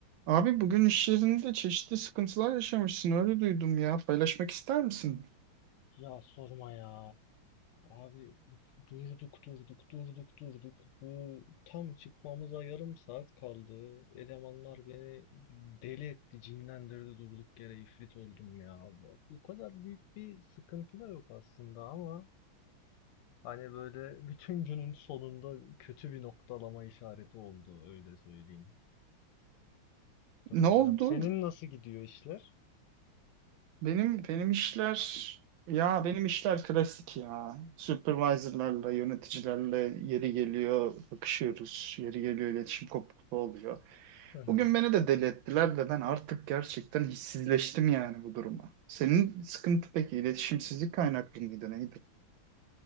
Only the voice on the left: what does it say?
Ya sorma ya. Abi durduk durduk durduk durduk. Bu tam çıkmamıza yarım saat kaldı. Elemanlar beni deli etti, cinlendirdi durduk yere ifrit oldum ya. Bu bu kadar büyük bir sıkıntı da yok aslında ama hani böyle <laughs> bütün günün sonunda kötü bir noktalama işareti oldu öyle söyleyeyim. Problem.
Senin nasıl gidiyor işler?
<laughs>